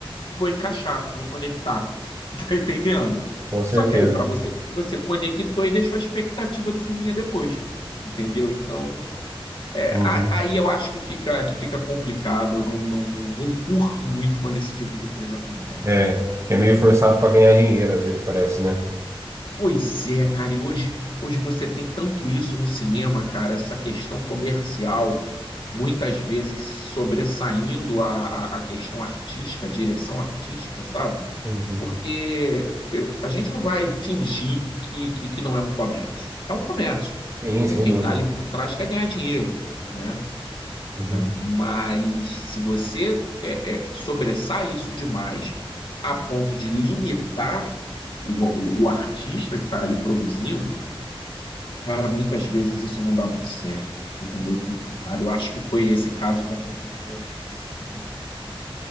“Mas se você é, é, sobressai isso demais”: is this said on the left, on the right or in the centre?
Left